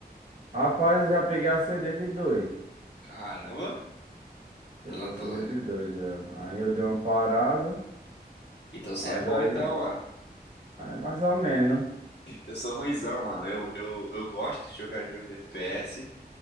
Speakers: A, on the right; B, on the left.
A: Rapaz, eu já peguei Ascendente dois.
B: Caramba.
A: Peguei
B: Tô-
A: Ascendente
B: tô-
A: dois já. Aí eu dei uma parada,
B: Então você
A: mas
B: é bom
A: aí
B: então, mano.
A: aí é mais ou menos.
B: Eu sou ruinzão, mano. Eu, eu, eu gosto de jogar jogo de FPS.